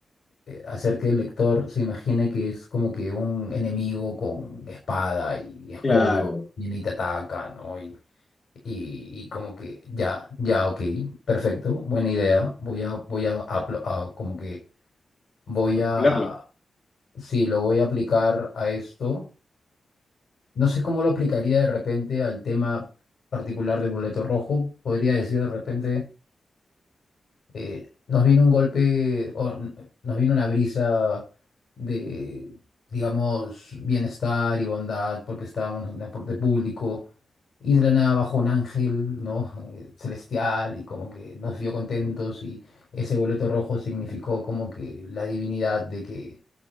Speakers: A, on the left; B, on the left.
A: eh, hacer que el lector se imagine que es como que un enemigo con espada y escudo,
B: Claro,
A: viene y te ataca, ¿no? Y, y, y como que ya, ya, ok, perfecto, buena idea, voy a, voy a, apl- a- como que voy
B: a
A: a,
B: cumpleaños.
A: sí, lo voy a aplicar a esto. No sé cómo lo aplicaría de repente al tema particular del boleto rojo, podría decir de repente... eh, nos vino un golpe, o n- nos vino una brisa de, digamos, bienestar y bondad, porque estábamos en el transporte público, y de la nada bajó un ángel, ¿no? Eh, Celestial, y como que nos vio contentos, y ese boleto rojo significó como que la divinidad de que